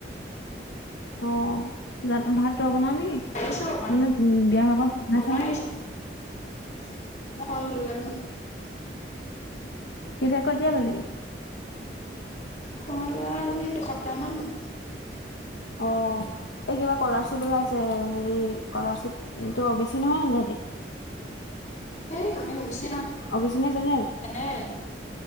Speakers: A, on the left; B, on the left.
A: অহ'। জানো ভাত তই বনাও নেকি?
B: পাৰিছো অকমান
A: মানে উম, বিয়া ভাত বনাইছ
B: অকমান
A: নেকি?
B: পাৰিছো <unintelligible>
A: কিতা কেতিয়া ললিগে?
B: শৰন লোৱা আজি দুসপ্তাহ মান হ'ল।
A: অহ' এই কিবা স্কলাৰশ্বিপ ওলাইছে হেৰি স্কলাৰশ্বিপ তো অবিছি নহয় তহঁতি?
B: <unintelligible>
A: অভিচিনে জনেৰেল
B: জেনেৰেল